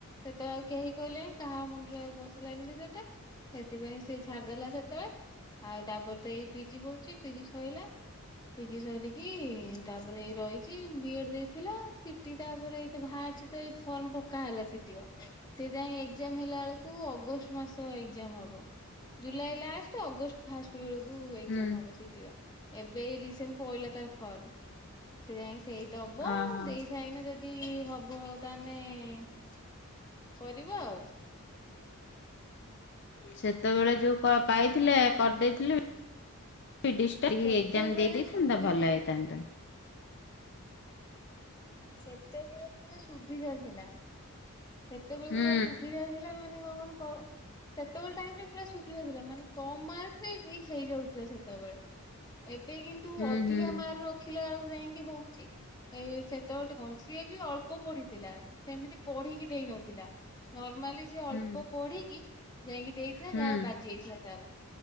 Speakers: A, on the left (about 20°); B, on the left (about 50°).
A: ସେତେବେଳେ ଆଉ କେହି କହିଲେନି କାହା ମୁଣ୍ଡରେ ଆଉ ବ <unintelligible> ସେଥିପାଇଁ ସେ ଛାଡିଦେଲା ସେତେବେଳେ ଆଉ ତାପରେ ତ ଏଇ ପିଜି କରୁଛି। ପିଜି ସରିଲା। ପିଜି ସରିକି ତାପରେ ଏଇ ରହିଛି। ବି ଏଡ ଦେଇଥିଲା। ସିଟି ଟା ପରେ ଏଇତ ବାହାରିଛି ତ ଏଇ ଫର୍ମ ପକା ହେଲା ସେ ସେ ଯାଇ ଏକ୍ଜାମ୍ ହେଲା ବେଳକୁ ଅ ମାସ ଏକ୍ଜାମ୍ ହବ ଜୁଲାଇ ଲାଷ୍ଟ ଅଗଷ୍ଟ ଫାଷ୍ଟ ବେଳକୁ ଏକ୍ଜାମ୍
B: ହୁଁ
A: ହବ ସିଟିର। ଏବେ ରିସେଣ୍ଟ ପଇଲା ତାର ଫର୍ମ ସେ ଯାଇଁ ସେଇ ଦବ
B: ଓହୋ
A: ଦେଇ ସାଇନେ ଯଦି ଯଦି ହବ ତାହା ହେନେ- କରିବ ଆଉ।
B: ସେତେବେଳେ ଯୋଉ କ ପାଇଥିଲେ କରିଦେଇଥିଲେ- ଡିସ୍ ଟା <unintelligible>
A: ସେତେବେଳେ
B: ଏକ୍ଜାମ୍ ଦେଇଦେଇଥାନ୍ତା
A: ସୁବିଧା
B: ଭଲ ହେଇଥାନ୍ତା।
A: ସେତେବେଳେ ପୁରା ସୁବିଧା ଥିଲା। ସେତେବେଳେ
B: ହୁଁ
A: ପୁରା ସୁବିଧା ଥିଲା ମାନେ କମ୍ ସେତେବେଳେ ଟାଇମରେ ପୁରା ସୁବିଧା ଥିଲା ମାନେ କମ ମାର୍କରେ ବି ହେଇଯାଉଥିଲା ସେତେବେଳେ। ଏବେ କିନ୍ତୁ
B: ହୁଁ
A: ଅଧିକା
B: ହୁଁ
A: ମାର୍କ ରଖିଲା ଆଳୁ ଯାଇକି ହଉଚି ଏଇ ସେତେବେଳଠି କଣ ସିଏ ବି ଅଳ୍ପ ପଢିଥିଲା ସେମିତି ପଢିକି ଦେଇ ନଥିଲା ନ ମାଲି ସେ ଅଳ୍ପ
B: ହୁଁ
A: ପଢିକି ଯାଇକି ଦେଇଥିଲା
B: ହୁଁ
A: ଯା ହଉ ବାଜି ଯାଇଥିଲା ତାର।